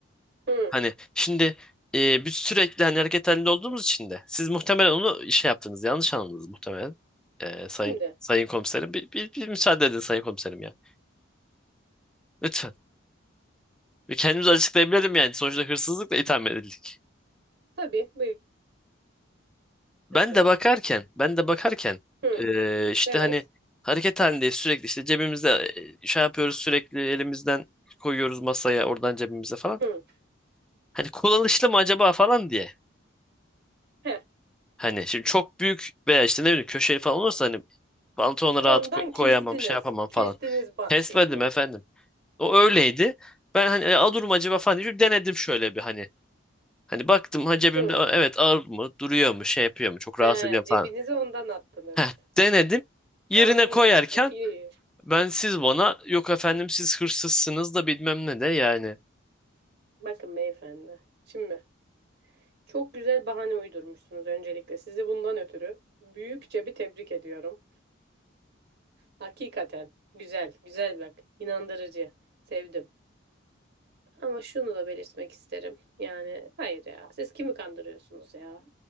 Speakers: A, on the right; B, in the centre.
A: Hı.
B: Hani şimdi e, biz sürekli hani hareket halinde olduğumuz için de siz muhtemelen onu işe yaptınız. Yanlış anladınız muhtemelen. Ee,
A: Şimdi.
B: sayın sayın komiserim bir, bir, bir müsaade edin sayın komiserim ya. Lütfen. Ve kendimizi açıklayabilirim yani. Sonuçta hırsızlıkla itham edildik.
A: Tabii. Buyur.
B: Ben
A: Özgür.
B: de bakarken, ben de bakarken
A: Hı.
B: eee, işte
A: Evet.
B: hani hareket halindeyiz sürekli işte cebimizde eee, şey yapıyoruz sürekli elimizden koyuyoruz masaya oradan cebimize falan.
A: Hı.
B: Hani kullanışlı mı acaba falan diye.
A: Heh.
B: Hani şimdi çok büyük veya işte ne bileyim köşeli falan olursa hani pantolona
A: Ondan
B: rahat ko- koyamam
A: kestiniz.
B: şey yapamam falan.
A: Kestiniz ba-
B: Test
A: şeyini.
B: verdim efendim. O öyleydi. Ben hani "E, alır mı acaba falan diye denedim şöyle bir hani. Hani baktım ha cebimde
A: Hı.
B: "Aa, evet ağır mı duruyor mu şey yapıyor mu çok
A: He,
B: rahatsız ediyor mu
A: cebinize
B: falan.
A: ondan attınız.
B: Heh, denedim. Yerine
A: Yalnız
B: koyarken
A: çok iyi.
B: ben siz bana yok efendim siz hırsızsınız da bilmem ne de yani.
A: Bakın beyefendi. Şimdi çok güzel bahane uydurmuşsunuz öncelikle. Sizi bundan ötürü büyükçe bir tebrik ediyorum. Hakikaten güzel, güzel bak. İnandırıcı. Sevdim. Ama şunu da belirtmek isterim. Yani hayır ya. Siz kimi kandırıyorsunuz ya?